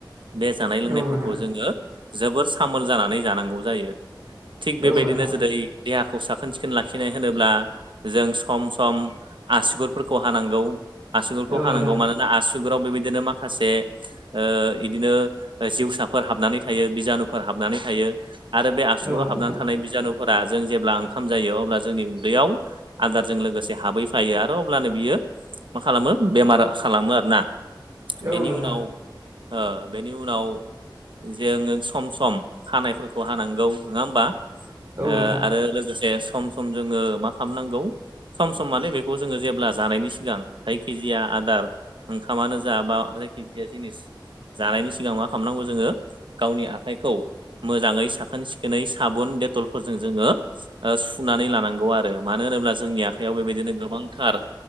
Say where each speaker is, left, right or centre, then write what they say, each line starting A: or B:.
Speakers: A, on the right; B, on the right.
A: बे जानाय लोंनायफोरखौ
B: औ नोंथां
A: जोङो जोबोर सामोल जानानै जानांगौ जायो। थिग बेबायदिनो
B: औ नोंथां
A: जेरै देहाखौ साखोन सिखोन लाखिनाय होनोब्ला जों सम सम आसुगुरफोरखौ हानांगौ आसुगुरखौ
B: औ
A: हानांगौ
B: नोंथां
A: मानो ना आसुगुराव बेबायदिनो माखासे ओ इदिनो जिउसाफोर हाबनानै थायो बिजानुफोर हाबनानै थायो आरो बे आसुुराव
B: औ नोंथां
A: हाबनानै थानाय बिजानु फोरा जों जेब्ला ओंखाम जायो अब्ला जोंनि उदैयाव आदारजों लोगोसे हाबै फायो आरो अब्लानो बियो मा खालामो बेमार खालामो आरोना
B: औ
A: बेनि
B: नोंथां
A: उनाव ओ बेनि उनाव जोङो सम सम हानायफोरखौ हानांगौ नङा होमबा? ओ
B: औ नोंथां
A: आरो लोगोसे सम सम जोङो मा खालामनांगौ सम सम माने बेखौ जोङो जेब्ला जानायनि सिगां जायखिजाया आदार ओंखामानो जा बा जायखिजाया जिनिस जानायनि सिगां मा खालामनांगौ जोङो गावनि आखाइखौ मोजाङै साखोन सिखोनै साबुन देटलफोरजों जोङो ओ सुनानै लानांगौ आरो मानो होनोब्ला जोंनि आखायाव बेबायदिनो गोबांथार